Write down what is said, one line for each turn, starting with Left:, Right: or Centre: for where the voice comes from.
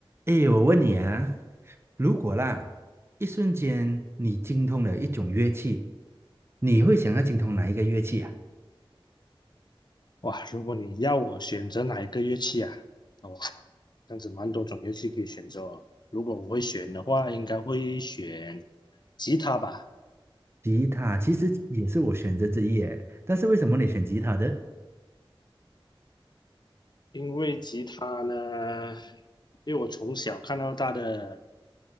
Right: 诶，我问你啊，如果啦，一瞬间你精通了一种乐器，你会想要精通哪一个乐器啊？
Left: 哇，如果你要我选择哪一个乐器啊？哇，这样子蛮多种乐器可以选择哦。如果我会选的话，应该会选吉他吧，
Right: 吉他其实也是我选择之一诶，但是为什么你选吉他的？
Left: 因为吉他呢，因为我从小看到大的